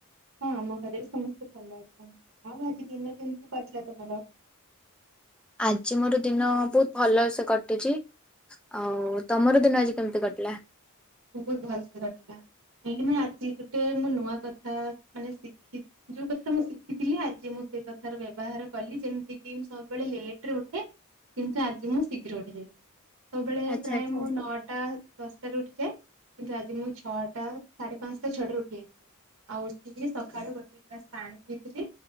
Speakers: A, on the right; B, in the centre.
A: ହଁ ଆମ ଘରେ ବି ସମସ୍ତେ ଭଲ ଅଛନ୍ତି ଆଉ ଆଜି ଦିନ କେମିତି କଟିଲା ତମର।
B: ଆଜି ମୋର ଦିନ ବହୁତ ଭଲ ସେ କଟିଛି ଆଉ ତମର ଦିନ ଆଜି କେମିତି କଟିଲା।
A: ବହୁତ ଭଲସେ କଟିଲା କାହିଁକିନା ଆଜି ଗୋଟେ ମୋ ନୂଆ କଥା ମାନେ ଶିଖିଚି ଯୋଉ କଥାଟା ମୁଁ ଶିଖିଥିଲି ଆଜି ମୁଁ ସେ କଥାର ବ୍ୟବହାର କଲି ଯେମିତିକି ମୁ ସବୁବେଳେ ଲେଟରେ ଉଠେ କିନ୍ତୁ ଆଜି ମୁଁ ଶୀଘ୍ର ଉଠି ଯାଇଛି। ସବୁବେଳେ
B: ଆଚ୍ଛା
A: ପ୍ରାୟ
B: ଆଚ୍ଛା।
A: ମୁଁ ନଅଟା ଦଶ। ଉଠିଯାଏ। କିନ୍ତୁ ଆଜି ମୁଁ ଛଅଟା ସାଢେ ପାଞ୍ଚଟା ଛଟାରେ ଉଠି ଯାଇଥିଲି ଆଉ ଉଠିକି ସକାଳୁ ଗୋଟେ ଗ୍ଲାସ ପାଣି ପିଇଥିଲି